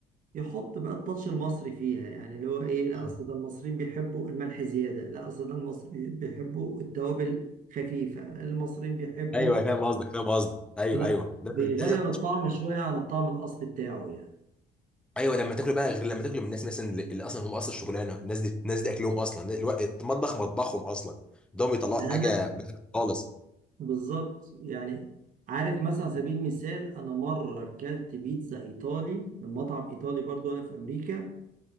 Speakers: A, on the right; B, in the centre.
A: يحط بقى التاتش المصري فيها يعني اللي هو ايه لا
B: مم.
A: اصل ده المصريين بيحبوا الملح زياده لا اصل ده المصريين بيحبوا التوابل خفيفه المصريين بيحبوا
B: ايوه فاهم قصدك فاهم قصدك ايوه
A: فلا
B: ايوه ده
A: بيغير
B: ده زي
A: الطعم شويه عن الطعم الاصلي بتاعه يعني
B: ايوه لما تاكل بقى غير لما تاكل من الناس مثلا اللي اللي اصلا هم اصلا شغلانه الناس دي الناس دي اكلهم اصلا الناس- الوقت- المطبخ مطبخهم اصلا ده بيطلعوا
A: يعني
B: حاجه
A: انا
B: بخ خالص
A: بالظبط يعني عارف مثلا على سبيل المثال انا مره اكلت بيتزا ايطالي من مطعم ايطالي برضو وانا في امريكا